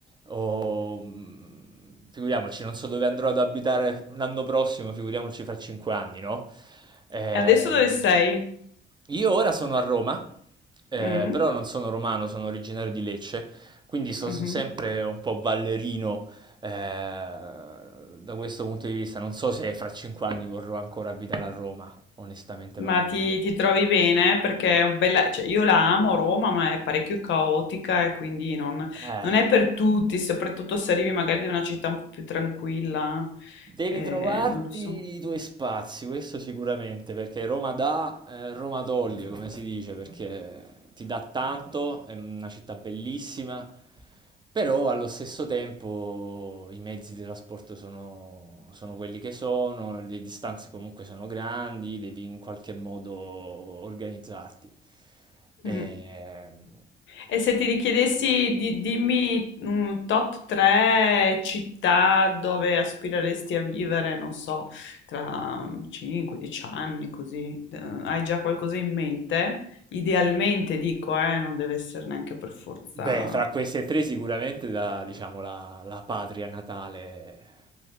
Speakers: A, on the right; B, on the left.
A: o, mh, figuriamoci, non so dove andrò ad abitare l'anno prossimo, figuriamoci fra cinque anni, no? Ehm,
B: E adesso dove sei?
A: io ora sono a Roma, eh,
B: Mm?
A: però non sono romano, sono originario di Lecce, quindi so-
B: Mhm.
A: sono sempre un po' ballerino, eh, da questo punto di vista. Non so se fra cinque anni vorrò ancora abitare a Roma, onestamente
B: Ma
A: parlando.
B: ti, ti trovi bene? Perché è un bella... cioè, io la amo Roma, ma è parecchio caotica e quindi non,
A: Eh.
B: non è per tutti, soprattutto se arrivi magari da una città un po' più tranquilla.
A: Devi
B: Eh,
A: trovarti
B: non lo so.
A: i tuoi spazi, questo sicuramente, perché Roma dà, eh, Roma toglie, come si dice, perché ti dà tanto, è una città bellissima, però allo stesso tempo i mezzi di trasporto sono, sono quelli che sono, le distanze comunque sono grandi, devi in qualche modo organizzarti. Ehm,
B: Mm. E se ti richiedessi di dimmi un top 3 città dove aspireresti a vivere, non so, tra 5-10 anni, così, eh, hai già qualcosa in mente? Idealmente dico, eh, non deve essere neanche per forza.
A: Beh, fra queste tre sicuramente la, diciamo, la, la patria natale,